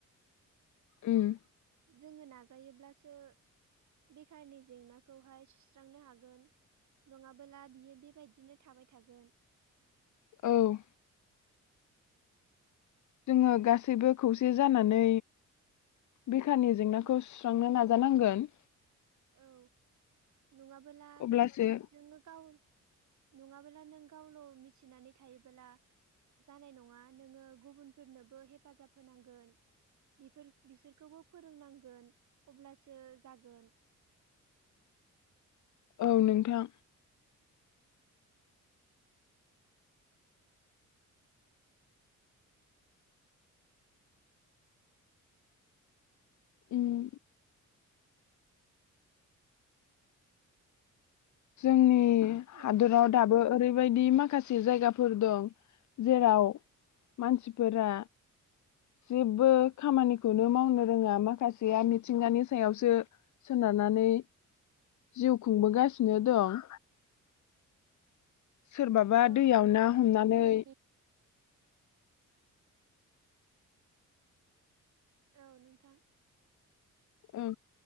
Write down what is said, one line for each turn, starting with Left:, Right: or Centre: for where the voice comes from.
Left: उम
Right: जोङो नाजायोब्लासो बेखारनि जेंनाखौहाय सुस्रांनो हागोन नङाबोला बियो बेबायदिनो थाबाय थागोन ।
Left: औ जोङो गासैबो खौसे जानानै बेखारनि जेंनाखौ
Right: खामानि
Left: सुस्रांनो नाजानांगोन ।
Right: औ नङाबोला
Left: अब्लासो
Right: नोङो गाव नङाबोला नों गावल' मिथिनानै थायोबोला जानाय नङा नोङो गुबुनफोरनोबो हेफाजाब होनांगोन बेफोर-बिसोरखौबो फोरोंनांगोन अब्लासो जागोन
Left: औ नोंथां उम जोंनि
Right: नोंथां
Left: हादराव दाबो ओरै बेबायदि माखासे जायगाफोर दं जेराव मानसिफोरा जेबो खामानिखौनो मावनो रोङा माखासेया मिथिंगानि सायावसो सोनारनानै जिउ खुंबो गासि नो दं। सोरबाबा
Right: औ
Left: दैयाव
Right: नोंथां
Left: ना हमनानै
Right: जोङो बे औ नोंथां।
Left: ओं